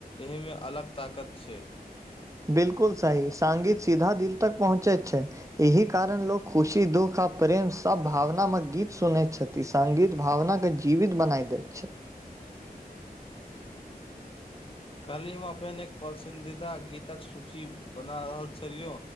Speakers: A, on the left (about 35°); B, on the right (about 20°).
A: एहीमे अलग ताकत छै
B: बिल्कुल सही सांङ्गीत सीधा दिल तक पहुँचैत छै एही कारण लोक खुशी दुःख आ प्रेम सभ भावनामे गीत सुनैत छत ई संगीत भावनाके जीवित बनाइ दैत छै
A: काल्ही हम अपना एक पसंदीदा गीतक सूची बना रहल छलियौ